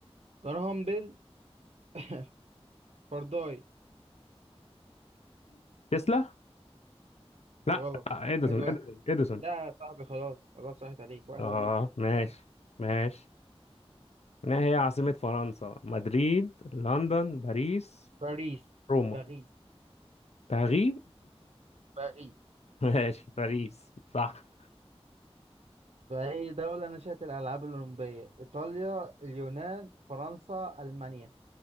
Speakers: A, on the right; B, on the left.
A: جراهام بيل <laughs> فارداي
B: تسلا لا
A: غلط
B: اديسون
A: واحد واحد
B: اديسون اديسون
A: لا يا صاحبي خلاص خلاص راحت عليك واحد
B: اه
A: واحد
B: ماشي
A: باريس
B: ماشي ما هي عاصمة فرنسا مدريد لندن باريس
A: باريس
B: روما
A: باريس
B: باري
A: باريس
B: <laughs> ماشي باريس صح
A: فأي دولة نشأت الألعاب الأولمبية إيطاليا اليونان فرنسا ألمانيا